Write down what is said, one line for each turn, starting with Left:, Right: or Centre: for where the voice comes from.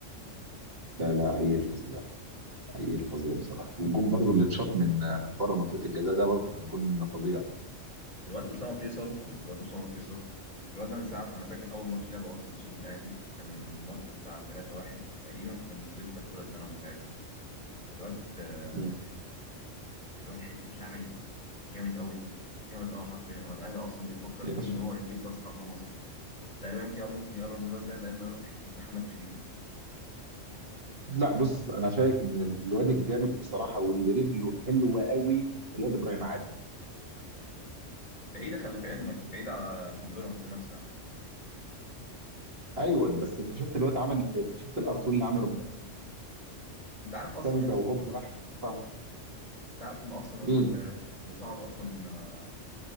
Right: لا لا عيل فظيع عيل فظيع بصراحه والجون برضو اللي اتشاط من آه، من بره منطقه الجزاء ده برضو كان جون فظيع
Left: الواد اسامه فيصل الواد اسامه فيصل الواد ده من ساعه انا فاكر اول ماتش لعبه اصلا قصاد الاهلي كان الماتش بتاع 3-1 تقريبا كنت لسه في اولى ثانوي ساعتها الواد آه،
Right: مم.
Left: الواد حته لعيب جامد قوي جامد قوي حرفيا هو الاهلي اصلا بيفكر
Right: يا
Left: فيه
Right: باشا
Left: ان هو يجيب راس حربه مصري تقريبا كده ممكن يقرب من الواد ده لما يروح لحته محمد شريف
Right: لا بص انا شايف ان ال- الواد الجامد بصراحه واللي رجله حلوه قوي الواد ابراهيم عادل
Left: بعيده خلي في علمك بعيده عشان بيراميدز نفسها
Right: ايوه بس انت شفت الواد عمل شفت الارتول اللي عمله امبارح
Left: انت عارف
Right: ستاندا
Left: اصلا مين
Right: وهوب راح حطها
Left: انت عارف ان اصلا
Right: مين
Left: ال- اللي صعد اصلا آه،